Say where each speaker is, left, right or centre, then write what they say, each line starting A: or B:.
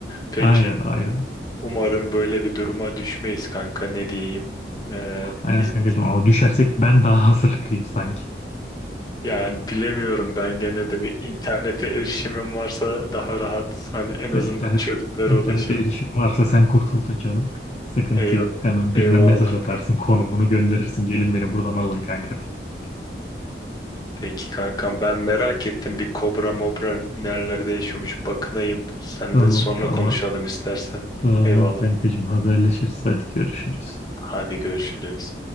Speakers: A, on the left; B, on the left.
A: Peki
B: aynen, aynen.
A: umarım böyle bir duruma düşmeyiz kanka ne diyeyim. Ee,
B: Aynen
A: hiç-
B: kankacığım ama düşersek ben daha hazırlıklıyım sanki.
A: yani bilemiyorum ben gene de bir internete erişimim varsa daha rahat hani en azından
B: Ya internet,
A: çözümlere
B: internete
A: ulaşırım.
B: erişim varsa sen kurtuldun canım. Sıkıntı
A: Eyv-
B: yok. Hemen birine
A: eyvallah
B: mesaj atarsın,
A: kanka.
B: konumunu gönderirsin. Gelin beni buradan alın kanka. diye.
A: Peki kankam ben merak ettim bir kobra mobra nerelerde yaşıyormuş bakınayım. Sen
B: Tamam,
A: de sonra
B: tamam.
A: konuşalım istersen.
B: Tamam
A: Eyvallah.
B: kankacığım haberleşiriz. Hadi görüşürüz.
A: Hadi görüşürüz.